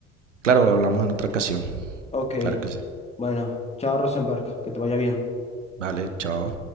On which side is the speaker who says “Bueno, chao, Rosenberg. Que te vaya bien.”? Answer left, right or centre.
Left